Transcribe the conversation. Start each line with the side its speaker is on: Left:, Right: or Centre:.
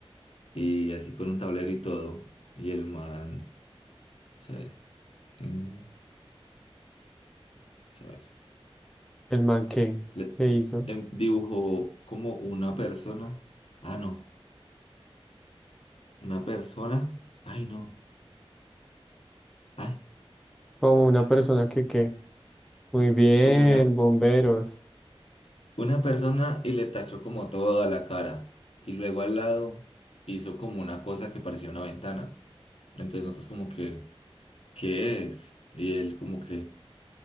Left: y así con un tablero y todo. Y el man, vamos a ver, eh, vamos a ver.
Centre: ¿El man qué?
Left: Le-
Centre: ¿Qué hizo?
Left: em, dibujó como una persona. Ah, no, una persona. Ay, no, ay,
Centre: Como una
Left: <laughs>
Centre: persona que qué. Muy bien,
Left: como una,
Centre: bomberos.
Left: una persona y le tachó como toda la cara. Y luego al lado hizo como una cosa que parecía una ventana. Entonces nosotros como que, ¿qué es? Y él como que,